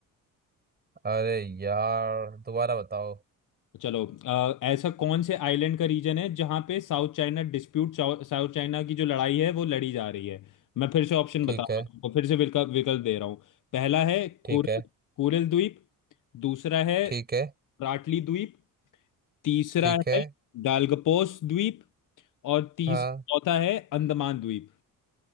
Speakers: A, on the right; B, on the left.
A: अरे यार दोबारा बताओ
B: चलो अ, ऐसा कौन से आइलैंड का रीजन है जहां पे South China dispute South China की जो लड़ाई है वो लड़ी जा रही है मैं फिर से ऑप्शन
A: ठीक
B: बता रहा
A: है
B: हूँ तुमको फिर से विकल्प विकल्प दे रहा हूँ पहला है
A: ठीक
B: कोरल
A: है
B: कोरल द्वीप दूसरा है
A: ठीक है
B: राटली द्वीप तीसरा
A: ठीक है
B: है गालगपोस द्वीप और तीस
A: हाँ
B: चौथा है अंडमान द्वीप